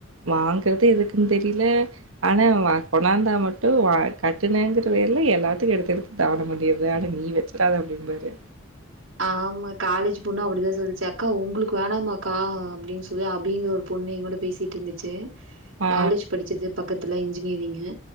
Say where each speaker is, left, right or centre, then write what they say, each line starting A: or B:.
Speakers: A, on the right; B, on the right.
A: வாங்குறது எதுக்குன் தெரில ஆனா வ கொண்ணாந்தா மட்டு வா கட்டுனங்குற வே ல எல்லாத்துக்கு எடுத்து எடுத்து தானோ பண்ணிர்ற ஆனா நீ வச்சிறாது அப்டிம்பாரு
B: ஆமா காலேஜி பொண்ணு அப்பிடிதா சொல்ச்சு அக்கா உங்களுக்கு வேணாமாக்கா அப்டின் சொல்லி அபிங்ற ஒரு பொண்ணு எங்கூட பேசிட்டுந்துச்சீ
A: ஆ
B: காலேஜ் படிக்கிது பக்கத்துல இன்ஜினியரிங்கு